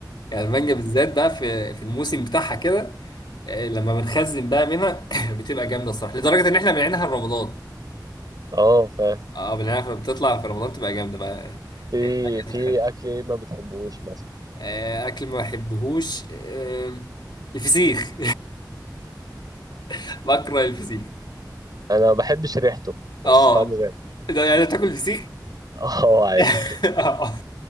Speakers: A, on the left; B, on the right.
A: يعني المانجا
B: مم.
A: بالذات بقى في في الموسم بتاعها كده إيه، لما بنخزن بقى منها <coughs> <laughs> بتبقى جامده الصراحه لدرجه ان احنا بنعينها رمضان
B: اه فاهم
A: اه بالعنب بتطلع في رمضان تبقى جامده بقى
B: في
A: إيه، أكل
B: في
A: حلو
B: اكل ايه ما بتحبوش مثلا
A: آه، اكل ما بحبهوش آم، الفسيخ <laughs> بكره الفسيخ
B: انا ما بحبش ريحته بس
A: اه
B: طعمه جامد
A: ده يعني بتاكل فسيخ
B: <laughs> اه عادي
A: <laughs> آه.